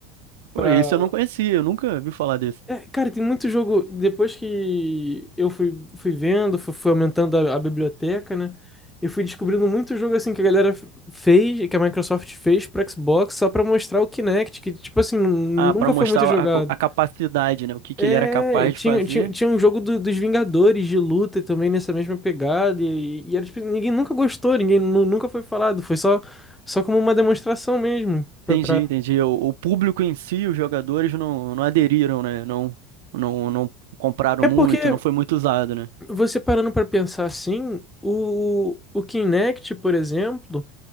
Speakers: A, on the right (about 80°); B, in the centre.
A: Pô,
B: pra,
A: isso. eu não conhecia, eu nunca vi falar desse.
B: É, cara, tem muito jogo. Depois que eu fui, fui vendo, fui, fui aumentando a, a biblioteca, né? Eu fui descobrindo muito jogo assim que a galera f- fez, que a Microsoft fez pro Xbox só pra mostrar o Kinect, que, tipo assim, nu-
A: Ah,
B: nunca
A: pra
B: foi
A: mostrar
B: muito jogado.
A: a, a capacidade, né? O que que
B: É,
A: ele era capaz
B: tinha,
A: de fazer.
B: tinha, tinha um jogo do- dos Vingadores de luta também nessa mesma pegada, e, e era, tipo, ninguém nunca gostou, ninguém nu- nunca foi falado, foi só, só como uma demonstração mesmo.
A: Entendi,
B: pra- pra-
A: entendi. O, o público em si, os jogadores não, não aderiram, né? Não, não, não compraram
B: É
A: muito,
B: porque
A: não foi muito usado, né?
B: Você parando para pensar assim, o, o Kinect, por exemplo,